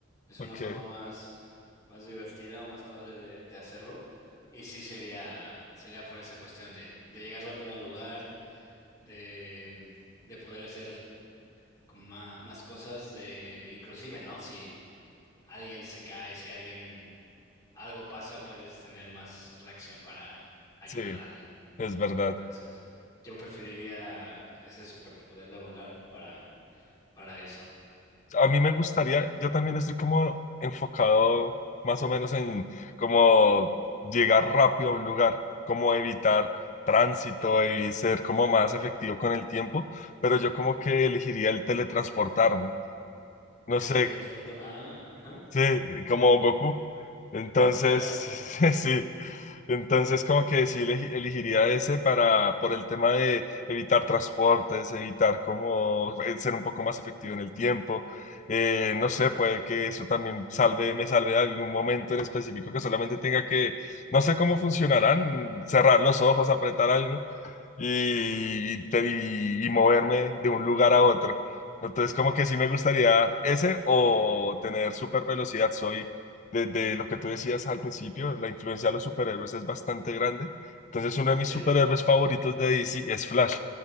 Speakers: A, on the left (about 15°); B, on the left (about 35°).
A: es
B: ok,
A: una forma más, más divertida o más padre de, de hacerlo. Y sí sería, sería por esa cuestión de, de llegar rápido a un lugar, de, de poder hacer como ma- más, cosas, de, inclusive, ¿no? Si alguien se cae, si alguien algo pasa, puedes tener más reacción para ayudar
B: sí,
A: a alguien.
B: es verdad.
A: Entonces, yo preferiría ese superpoder de volar para, para eso.
B: a mí me gustaría, yo también estoy como enfocado más o menos en como llegar rápido a un lugar, como evitar tránsito y ser como más efectivo con el tiempo, pero yo como que elegiría el teletransportarme. No
A: Teletransportar.
B: sé,
A: Ah, ajá.
B: Sí, como Goku. Entonces,
A: Claro,
B: <laughs> sí. Entonces, como que sí elegi- elegiría ese para, por el tema de evitar transportes, evitar como eh, ser un poco más efectivo en el tiempo. Eh, no sé, puede que eso también salve, me salve de algún momento en específico que solamente tenga que, no sé cómo funcionarán, cerrar los ojos, apretar algo y, y- y moverme de un lugar a otro. Entonces, como que sí me gustaría ese o tener super velocidad. Soy, desde lo que tú decías al principio, la influencia de los superhéroes es bastante grande. Entonces, uno de mis
A: sí,
B: superhéroes favoritos de DC es Flash.